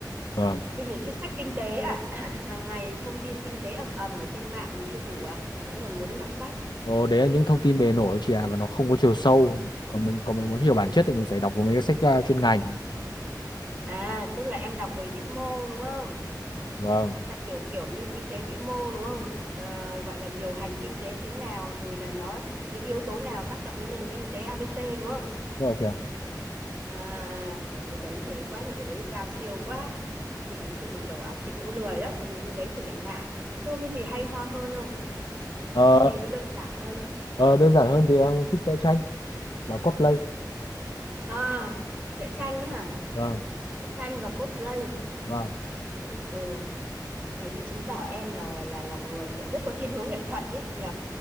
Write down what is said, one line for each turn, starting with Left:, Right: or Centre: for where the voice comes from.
Left: vâng
Right: Kinh nhật thích sách kinh tế à? <clears throat> Hàng ngày thông tin kinh tế ầm ầm ở trên mạng chưa đủ à? Mà vẫn còn muốn đọc sách.
Left: Ồ, đấy là những thông tin bề nổi chị ạ và nó không có chiều sâu còn mình còn mình muốn hiểu bản
Right: À,
Left: chất thì mình phải đọc mấy cái sách ờ, chuyên ngành
Right: à, tức là em đọc về vĩ mô đúng không?
Left: vâng
Right: Sao kiểu kiểu như kinh tế vĩ mô đúng không? Ờ, gọi là điều hành kinh tế thế nào rồi là nó những yếu tố nào tác động đến nền kinh tế ABC đúng không?
Left: đúng rồi chị ạ
Right: À, rồi cái đấy thì ấy quá những cái đấy cao siêu quá. Chị nói chung đầu óc chị cũng lười lắm nên những cái đấy thì lại ngại. Thế có cái gì hay ho hơn không?
Left: Ờ,
Right: Có cái gì nó đơn giản hơn không?
Left: ờ,
Right: Ừ.
Left: đơn giản hơn thì em thích vẽ tranh và cosplay
Right: À, vẽ tranh ấy hả?
Left: vâng
Right: Vẽ tranh và cosplay.
Left: vâng
Right: Ừ, này thì chứng tỏ em là là là người kiểu rất có thiên hướng nghệ thuật đấy nhỉ?